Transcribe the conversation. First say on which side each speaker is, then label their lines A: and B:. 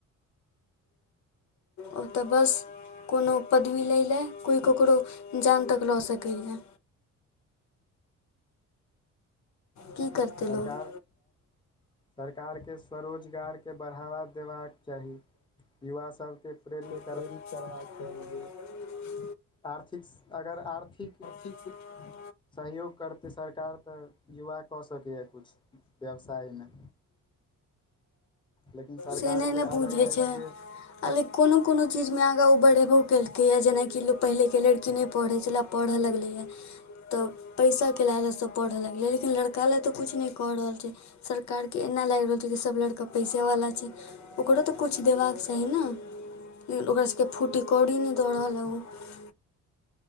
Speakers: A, on the left; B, on the left.
A: ओहतऽ बस कोनो पदवी लै लेए कोइ ककरो जान तक लऽ सकैए। की करतै
B: सरकार
A: लोक?
B: सरकारके स्वरोजगारके बढ़ावा देबाक चाही युवा सभके प्रेरित
A: प्रेरित करबाक चाही।
B: आर्थिकस अगर आर्थिक
A: <unintelligible>
B: सहयोग करतै सरकार तऽ युवा कऽ सकैए किछु व्यवसायमे। लेकिन सरकारके
A: से नहि ने बूझै
B: अलगे
A: छै। आ लेक कोनो कोनो चीजमे आगाँ ओ बढ़ेबो केलकैए जेनाकि लोक पहिलेके लड़की नहि पढ़ैत छलै पढ़ऽ लगलैए। तऽ पैसाके लालच सं पढ़ऽ लगलै लेकिन लड़ काले तऽ किछु नहि कऽ रहल छै। सरकारके एना लागि रहल छै कि सभ लड़का पैसेवाला छै। ओकरो तऽ किछु देबाक चाही ने लेकिन ओकररासभके फूटी कौड़ी नहि दऽ रहल हए ओ।